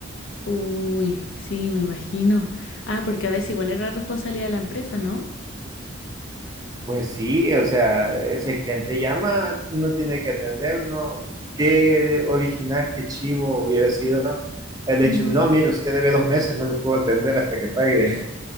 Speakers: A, on the left; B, on the right.
A: Uy, sí, me imagino. Ah, porque a veces igual era responsabilidad de la empresa, ¿no?
B: Pues sí, o sea, ese cliente llama, no tiene que atender, ¿no? Qué original, qué chivo hubiera sido. El hecho,
A: Ujú.
B: no, mire, usted debe dos meses, no le puedo atender hasta que pague.